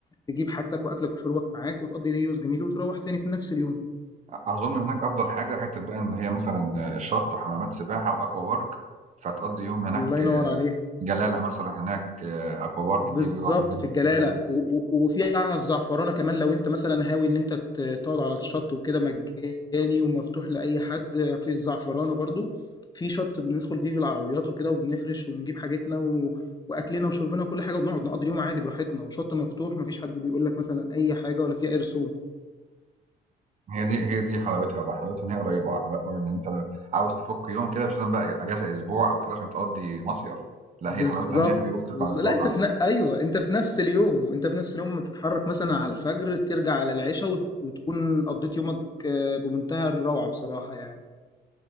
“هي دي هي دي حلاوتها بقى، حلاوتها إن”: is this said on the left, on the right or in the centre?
Right